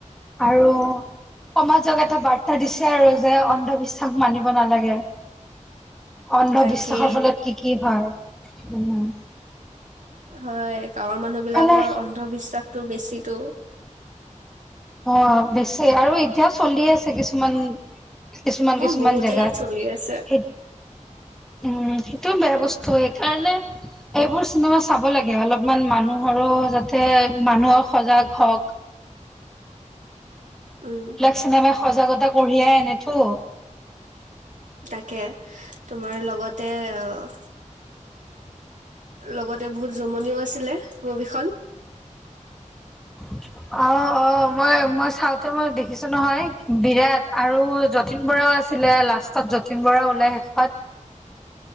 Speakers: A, in the centre; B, on the right (about 70°).
A: আৰু সমাজ জগতক বাৰ্তা দিছে আৰু। জে অন্ধবিশ্বাস মানিব নালাগে। অন্ধবিশ্বাসৰ
B: তাকে
A: ফলত কি কি হয়, উম।
B: হয় গাঁৱৰ মানুহ বিলাকৰ
A: মানে
B: অন্ধবিশ্বাসটো বেছিতো।
A: অ' বেছি আৰু এতিয়াও চলি আছে কিছুমান কিছুমান
B: অ
A: কিছুমান
B: বহুত
A: জেগাত
B: চলি আছে
A: সেইট উম, খে এইটো বেয়া বস্তু সেইকাৰণে এইবোৰ চিনেমা চাব লাগে অলপমান মানুহৰো যাতে মানুহক সজাগ হওক।
B: উম
A: এইবিলাক চিনেমাই সজাগতা কঢ়িয়াই আনেতো।
B: তাকে তোমাৰ লগতে, অ' লগতে বহুত জমনিও আছিলে মুভিখন।
A: <inaudible> অ', অ' মই মই চাউতে মই দেখিছো নহয় বিৰাট আৰু যতীন বৰাও আছিলে লাষ্টত যতীন বৰা ওলাই শেষত।